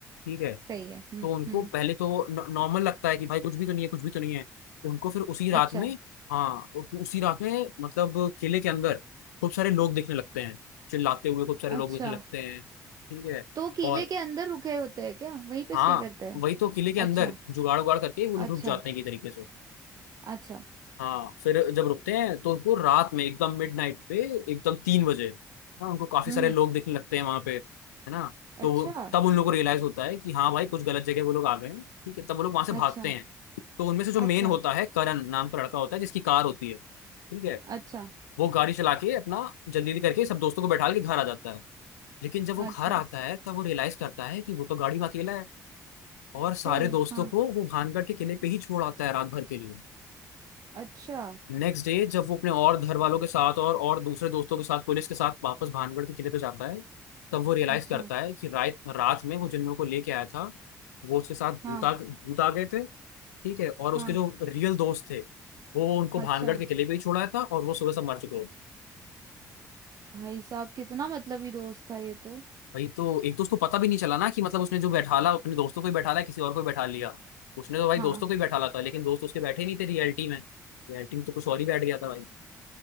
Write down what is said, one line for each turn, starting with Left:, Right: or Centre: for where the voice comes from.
Left: ठीक है
Right: सही है हम्म
Left: तो उनको
Right: हम्म
Left: पहले तो नॉर्मल लगता है कि भाई कुछ भी तो नहीं है कुछ भी तो नहीं है उनको फिर उसी रात
Right: अच्छा
Left: में हाँ उ- उसी रात में मतलब किले के अंदर खूब सारे लोग दिखने लगते हैं चिल्लाते हुए खूब सारे
Right: अच्छा
Left: लोग दिखने लगते हैं ठीक है
Right: तो किले
Left: और
Right: के अंदर रुके होते हैं क्या वहीं पे
Left: हाँ
Right: स्टे करते हैं
Left: वही तो किले के अंदर
Right: अच्छा
Left: जुगाड़ उगाड़ करके वो लोग
Right: अच्छा
Left: रुक जाते हैं एक तरीके से
Right: अच्छा
Left: हाँ फिर जब रुकते हैं तो उनको रात में एकदम मिडनाइट पे एकदम तीन बजे ना उनको काफी
Right: हम्म
Left: सारे
Right: हम्म,
Left: लोग दिखने लगते हैं वहां पे है ना तो
Right: अच्छा
Left: तब उन लोगों को रियलाइज होता है कि हाँ भाई कुछ गलत जगह वो लोग आ गए हैं ठीक है तब वो लोग वहां से
Right: अच्छा
Left: भागते हैं तो उनमें से जो
Right: अच्छा
Left: मेन होता है करण नाम का लड़का होता है जिसकी कार होती है ठीक है
Right: अच्छा
Left: वो गाड़ी चला के अपना जल्दी जल्दी करके सब दोस्तों को बैठा के घर आ जाता है लेकिन जब वो घर
Right: अच्छा
Left: आता है तब वो रियलाइज करता है कि वो तो गाड़ी में अकेला है और सारे
Right: सही है
Left: दोस्तों
Right: हाँ
Left: को वो भानगढ़ के किले पे ही छोड़ आता है रात भर के लिए
Right: अच्छा
Left: नेक्स्ट डे जब वो अपने और घर वालों के साथ और और दूसरे दोस्तों के साथ पुलिस के साथ वापस भानगढ़ के किले पे जाता है तब वो रियलाइज
Right: अच्छा
Left: करता है कि रात रात में वो जिन लोगों को लेके आया था वो उसके साथ
Right: हाँ
Left: भूत आ भूत आ गए थे ठीक है और उसके
Right: हाँ
Left: जो रियल दोस्त थे वो उनको
Right: अच्छा
Left: भानगढ़ के किले पे ही छोड़ा था और वो सुबह से मर चुके होते
Right: भाई साहब कितना मतलबी दोस्त था ये तो
Left: भाई तो एक तो उसको पता भी नहीं चला ना कि मतलब उसने जो बैठाला अपने दोस्तों को ही बैठाला है, किसी और को ही बैठा लिया उसने तो भाई
Right: हाँ
Left: दोस्तों को ही बैठाला था लेकिन दोस्त उसके बैठे ही नहीं थे रियलिटी में रियलिटी में तो कुछ और ही बैठ गया था भाई